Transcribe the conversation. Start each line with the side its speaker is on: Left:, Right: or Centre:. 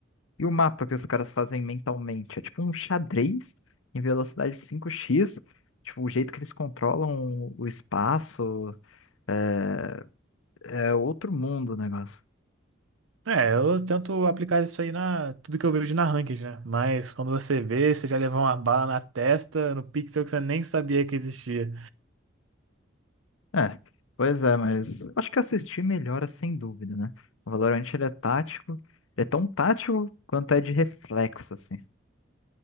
Left: E o mapa que os caras fazem mentalmente? É tipo um xadrez em velocidade cinco x Tipo, o jeito que eles controlam o espaço. É, é outro mundo o negócio.
Right: É, eu tento aplicar isso aí na tudo que eu vejo na ranked, né? Mas quando você vê, você já levou uma bala na testa, no pixel que você nem sabia que existia.
Left: É, pois é, mas acho que assistir melhora sem dúvida, né? O Valorant ele é tático, ele é tão tático quanto é de reflexo, assim.